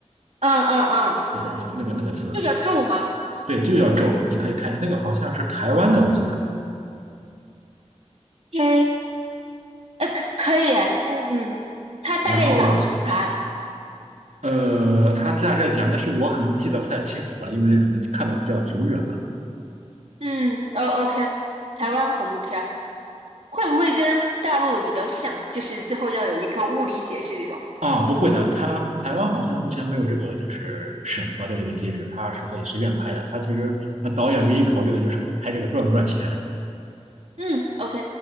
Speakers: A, on the right; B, on the right.
A: 嗯嗯嗯，
B: 对，
A: 对，
B: 那个那个那个字，
A: 就叫咒吗？
B: 对对，就叫咒。你可以看一下，那个好像是台湾的，我记得。
A: 嘿，呃，可可以哎，嗯嗯，它大概讲的是啥？
B: 然后呃，他大概讲，但是我可能记得不太清楚了，因为可能看的比较久远了。
A: 嗯，呃，OK，台湾恐怖片儿会不会跟大陆的比较像？就是最后要有一个物理解释这种。
B: 啊，不会的，他台湾好像目前没有这个就是审核的这个机制，他是可以随便拍的。他其实那导演唯一考虑的就是我拍这个赚不赚钱。
A: 嗯，OK，